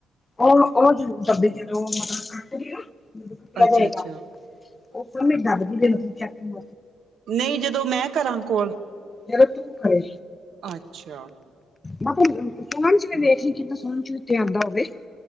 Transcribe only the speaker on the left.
ਓਹ ਓਹ ਜ਼ਰੂਰ ਦੱਬੇ ਜਦੋਂ ਉਹ ਮਤਲਬ ਕੱਟ ਦੀ ਨਾ। ਜਦੋਂ ਕੱਟਿਆ
ਜਾਏਗਾ,
ਓਹ ਸਬਮਿਟ ਦੱਬਦੀ ਰਈ ਚੈਕਿੰਗ
ਜਦੋਂ ਤੂੰ ਕਰੇ।
ਮੈਂ ਕਿਆ ਸੁਣਨ ਚ ਵੀ ਦੇਖ ਲਈ, ਕਿਤੇ ਸੁਣਨ ਚ ਵੀ ਓਤੇ ਆਂਦਾ ਹੋਵੇ।